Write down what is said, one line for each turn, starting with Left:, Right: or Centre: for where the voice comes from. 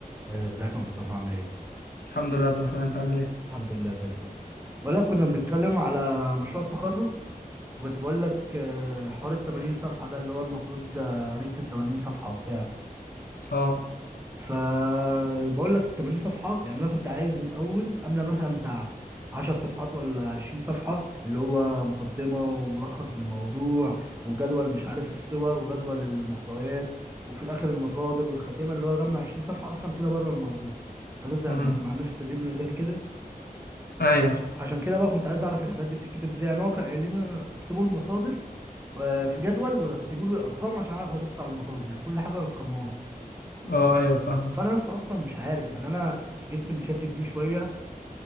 Right: آه، ازيك يا مصطفى عامل ايه؟
Left: الحمد لله يا عبد الرحمن انت عامل ايه
Right: الحمد لله زي الفل ولا كنا بنتكلم على مشروع التخرج وكنت بقول لك آه، حوار ال 80 صفحة ده اللي هو المفروض آه، هنكتب 80 صفحة وبتاع
Left: اه
Right: فبقول لك ال 80 صفحة يعني انا كنت عايز الاول املى مثلا بتاع 10 صفحات ولا 20 صفحة اللي هو مقدمة وملخص الموضوع وجدول مش عارف الصور وجدول المحتويات وفي الاخر المصادر والخاتمة اللي هو جمع 20 صفحة اصلا كده بره الموضوع فجزء
Left: امم
Right: ما كنا عاملين في التدريب الميداني كده
Left: ايوه
Right: عشان عشان كده بقى كنت عايز اعرف الحاجات دي بتتكتب ازاي يعني هو كان قايل لنا اكتبوا المصادر آه، في جدول ورتبوا لي الارقام عشان اعرف ابص على المصادر يعني كل حاجه رقمها لي
Left: اه ايوه فاهم
Right: فانا لسه اصلا مش عارف يعني انا جبت من شات جي بي تي شويه